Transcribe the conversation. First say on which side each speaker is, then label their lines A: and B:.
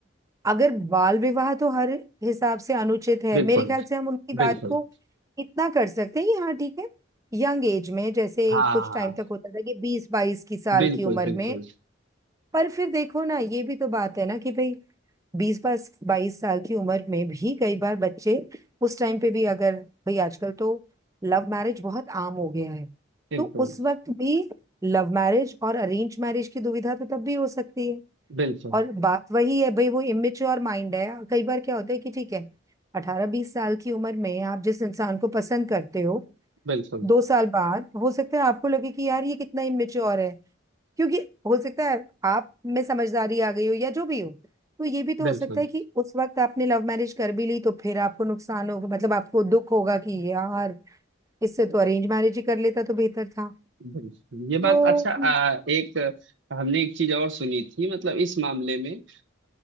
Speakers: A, on the right; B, on the right.
A: अगर बाल विवाह तो हर हिसाब से अनुचित है
B: बिल्कुल
A: मेरे ख्याल से हम उनकी बात
B: बिल्कुल
A: को इतना कर सकते हैं कि हाँ ठीक है यंग एज में जैसे
B: हाँ
A: कुछ
B: हाँ,
A: टाइम
B: हाँ,
A: तक होता था कि बीस बाईस की साल
B: बिल्कुल
A: की उम्र
B: बिल्कुल
A: में पर फिर देखो ना ये भी तो बात है ना कि भाई बीस बाईस बाईस साल की उम्र में भी कई बार बच्चे उस टाइम पे भी अगर भाई आजकल तो लव मैरिज बहुत आम हो गया है
B: बिल्कुल
A: तो उस वक्त भी लव मैरिज और अरेंज मैरिज की दुविधा तो तब भी हो सकती है
B: बिल्कुल
A: और बात वही है भाई वो इमेच्योर माइंड है कई बार क्या होता है कि ठीक है अठारह बीस साल की उम्र में आप जिस इंसान को पसंद करते हो
B: बिल्कुल
A: दो साल बाद हो सकता है आपको लगे कि यार ये कितना इमेच्योर है क्योंकि हो सकता है आप में समझदारी आ गई हो या जो भी हो तो ये भी तो हो
B: बिल्कुल
A: सकता है कि उस वक्त आपने लव मैरिज कर भी ली तो फिर आपको नुकसान होगा मतलब आपको दुख होगा कि यार इससे तो अरेंज मैरिज ही कर लेता तो बेहतर था
B: बिल्कुल। ये बात
A: तो
B: अच्छा आ, एक हमने एक चीज और सुनी थी मतलब इस मामले में आ,